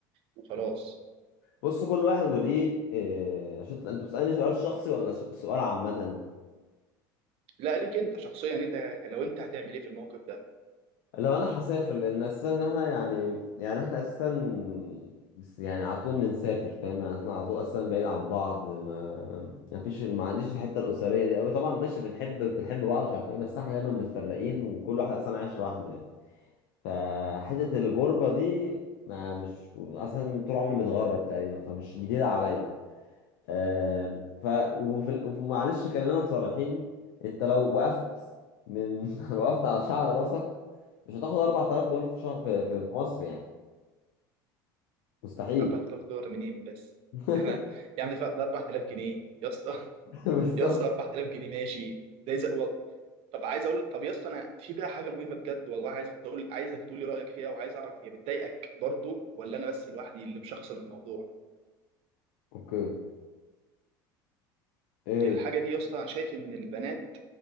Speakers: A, on the right; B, on the left.
A: وخلاص
B: بص كل واحد وليه إيه، عشان انت بتسالني سؤال شخصي ولا س- سؤال عامه
A: لا ليك انت شخصيا انت لو انت هتعمل ايه في الموقف ده
B: لو انا هسافر لان اساسا احنا يعني يعني احنا اساسا بس يعني على طول بنسافر فاهم يعني احنا على طول اصلا بعيد عن بعض ما ما فيش ما عنديش الحته الاسريه دي قوي طبعا ماشي بنحب بنحب بعض مش عارف ايه بس احنا دايما متفرقين وكل واحد اصلا عايش لوحده يعني فحته الغربه دي ما مش اصلا طول عمري متغرب تقريبا فمش جديده عليا آم، ف وفي ال- ومعلش خلينا صريحين انت لو وقفت من <laughs> لو وقفت على شعر راسك مش هتاخد 4000 دولار في شهر في, في في مصر يعني مستحيل
A: 4000 دولار منين بس
B: <laughs>
A: احنا يعني ده 4000 جنيه يا اسطى
B: بالظبط
A: يا اسطى 4000 جنيه ماشي ده إذا- و- طب عايز اقول طب يا اسطى انا في بقى حاجه مهمه بجد والله عايز اقول عايزك تقول لي رايك فيها وعايز اعرف هي بتضايقك برضو ولا انا بس لوحدي اللي مشخصن الموضوع
B: اوكي ايه
A: الحاجه
B: هي؟
A: دي يا اسطى أنا شايف ان البنات